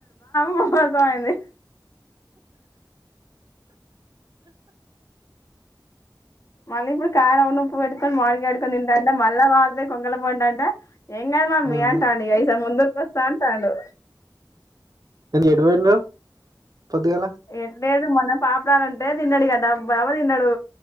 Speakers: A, on the left (about 40°); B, on the right (about 50°).
A: మోసమయింది మళ్ళీ ఇప్పుడు కారం అను ఉప్పు పెట్టుకోని మామిడికాయ అద్దు కొన్ని తింటాంటే మళ్ళ వాళ్దే కొ కొంగల పోంటంట ఎం మమ్మీ
B: ఉమ్.
A: అంటాండి యిదుసారి ముందరకి వస్తా అంటాడు
B: ఎంది ఎటు పోయున్నావు. పొద్దుగాల
A: ఎట్లేదు మొన్న పాపడాలంటే తిన్నాడు కదా బాబాయ్ తిన్నాడు